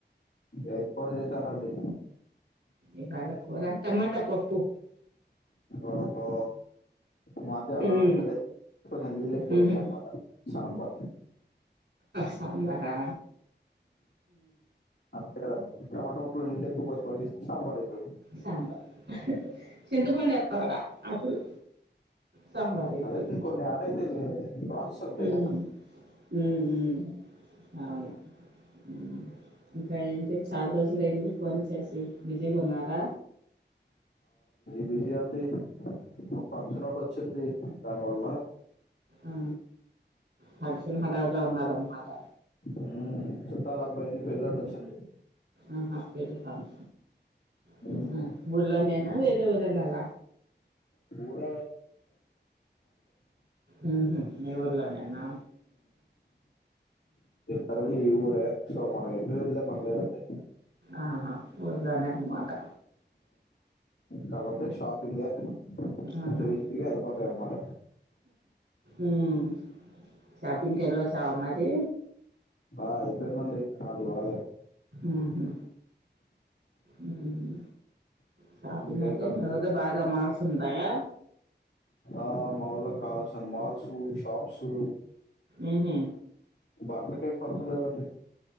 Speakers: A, on the left; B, on the right.
A: ఏం కూర చేసారండి
B: ఇవాల కూరా టమాటా పప్పు
A: ఓహో మాది అలాంటిదే
B: ఉమ్
A: కొంచెం నీళ్ళు ఎక్కువైతాయి
B: ఉహు
A: అన్నమాట సాంబార్
B: సాంబారా
A: అంతేనండి టమాటా ముక్కలో నీళ్ళు ఎక్కువ పోసి మరిగిస్తే సాంబార్ ఇడ్లీ
B: సాంబార్ చింతపండు వేతరుగా అప్పుడు సాంబార్ అయిద్ది
A: అదే కొన్ని ఎడ్ అయితయిలే ప్రాసెస్ ఒకటేగా
B: ఉమ్ ఉమ్ ఉమ్ అవును ఉ ఇంకా ఏంటి చాలా రోజులు ఏంది ఫోన్ చేసి బిజీగా ఉన్నా ర
A: బిజి అండి ఒక ఫంక్షన్ ఒటి వచ్చింది దానివల్ల
B: ఆ ఫంక్షన్ హడవులో ఉన్న అన్నమాట
A: ఉమ్ చుట్టాల అబ్బాయిది పెళ్ళోటోచ్చింది
B: ఆహా పెళ్లికను మ
A: ఉమ్
B: ఊళ్ళోనేనా వేరెవురెళ్లల
A: ఊర
B: ఉహు మీఊర్లోనేనా
A: సరది ఈ ఊరే సో మనం ఎటు అల్లే పనీలేదండి
B: ఆహా ఊర్లోనే అనమాటా
A: కాకపోతే షాపింగే
B: ఆహా
A: జేతిగా అయిపోతాయి అనమాట
B: ఉమ్ షాపింగ్కెల్లోచ్చ మరి
A: ఆ అయిపోయిందండి మాది ఇవ్వాలే
B: ఉహు ఉమ్ షాపింగ్
A: ఇంకేంటండి
B: అంటే మీ ఊర్లో బాగా మాల్స్ ఉంటాయా
A: ఆ మావుల్లో కావలసినన్ని మాల్సు షాప్సు
B: ఉహు
A: బట్టలకేం కొరత లేదండి